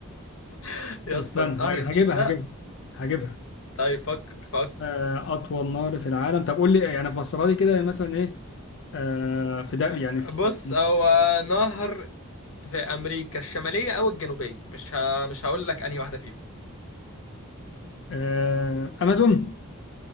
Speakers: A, on the left (about 80°); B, on the left (about 60°).
A: <laughs> يا
B: طب استنى
A: اسطى
B: ه-
A: نهر النيل
B: هجيبها
A: ده
B: هجيبها هجيبها
A: طيب فكر فكر
B: آه، اطول نهر في العالم طب قول لي يعني فسرها لي كده مثلا ايه آه، في ده يعني في
A: بص هو نهر في امريكا الشماليه او الجنوبيه مش ه... مش هقول لك انهي واحده فيهم
B: آه، امازون